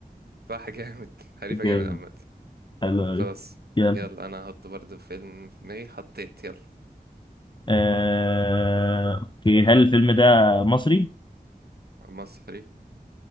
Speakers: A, on the right; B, on the left.
A: صح <laughs> جامد حريفة
B: جامد
A: جامد عامة
B: حلو أوي
A: خلاص
B: يلا
A: يلا انا هحط برضه فيلم في دماغي حطيت يلا
B: آه أوكي هل الفيلم ده مصري؟
A: مصري